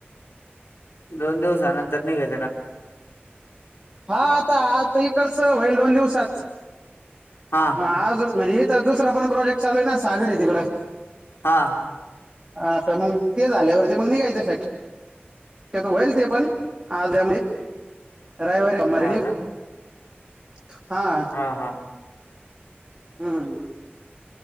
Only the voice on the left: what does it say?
दोन दिवसानंतर नाही
हा
हा
हा का हा हां.